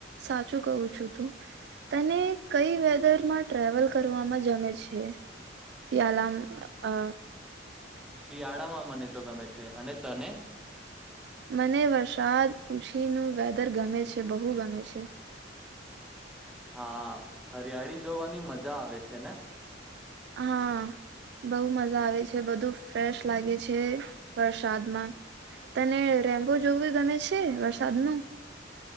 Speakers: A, on the right; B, in the centre.
A: સાચું કહું છું તું તને કઈ વેધરમાં ટ્રાવલ કરવામાં જમે છે શિયાળામાં અ
B: શિયાળામાં મને તો ગમે છે અને તને?
A: મને વરસાદ પૂછીનું વેધર ગમે છે, બહુ ગમે છે.
B: હા હરિયાળી જોવાની મજા આવે છે ને?
A: હા બઉ મજા આવે છે બધું ફ્રેશ લાગે છે વરસાદમાં, તને રેમ્બો જોવું ગમે છે વરસાદનું?